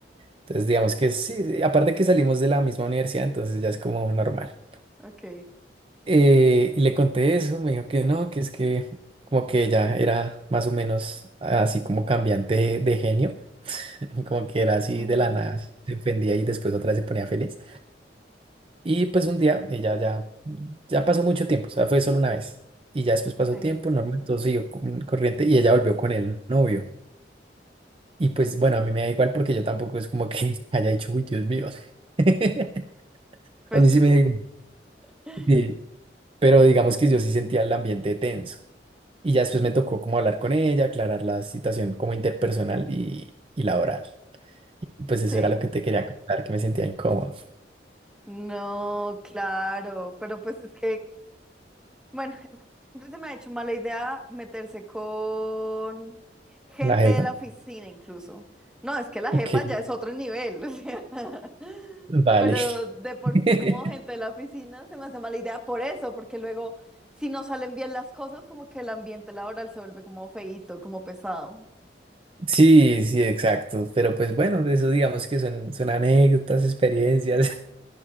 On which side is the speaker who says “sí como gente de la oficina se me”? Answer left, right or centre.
Centre